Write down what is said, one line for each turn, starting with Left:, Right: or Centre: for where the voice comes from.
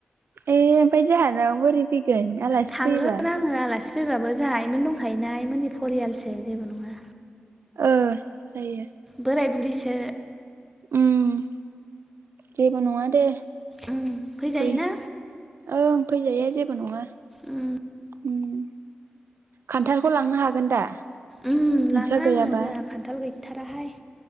Right: ए ओमफाय जाहानाव बोरै फैगोन आलासि
Centre: थांगोन
Right: फैयोबा
Centre: आङो आलासि फैबाबो जाहा आइमोन दंखायोना आइमोननि फरियालसो जेबो नङा
Right: ओ जायो
Centre: बोराय बुरि सो
Right: उम जेबो नङा दे।
Centre: उम फैजायोना
Right: फै ओं फैजायो जेबो नङा।
Centre: उम
Right: उम खान्थालखौ लांनो हागोन दा?
Centre: उम
Right: नोंस्रा
Centre: लाङो
Right: गैयाबा
Centre: आङो जाहा खान्थाल गैथाराहाय